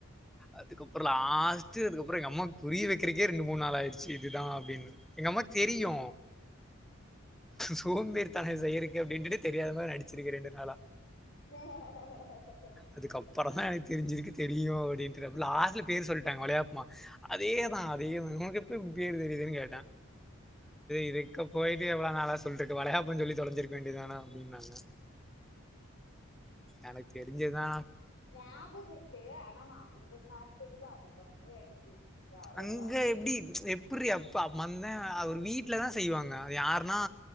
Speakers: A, in the centre; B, on the left (about 65°).
A: அதுக்கப்றோ லாஸ்டு அதுக்கப்பறோ எங்க அம்மாக்கு புரிய வெக்குறதுக்கே ரெண்டு மூனு நாள் ஆயிடுச்சு இதுதா அப்டின்னு எங்க அம்மாக்கு தெரியு சோம்பேறி த செய்யுறக்கே அப்டின்ட்டு தெரியாத மாரி நடிச்சிருக்கு ரெண்டு நாளா
B: ஹ ஹ <unintelligible>
A: அதுக்கப்புறதா எனக்கு தெரிஞ்சதுக்கு தெரியு அப்டினுட்டு லாஸ்டல பேரு சொல்லிட்டாங்க வளையப்மா அதேதா அதேப்ப உனக்கேப்டி பேரு தெரியுதுன்னு கேட்டே இதுக்கு போயிட்டு எவ்ளோ நாளா சொல்லிட்ருக்கு வளைய சொல்லி தொலைஞ்சிருக்க வேண்டியதான அப்டினாங்க எனக்கு தெரிஞ்சதுதா
B: ஞாபக இருக்கு ஆனா நா அங்க சாப்ட்டதுதா அதுக்கு அப்றோ எனக்கு வேலை
A: அங்க
B: சாப்பிட்டது
A: எப்டி எப்புரிஅப்ப அவர் வீட்ல வீட்ல தா செய்வாங்க அது யாருன்னா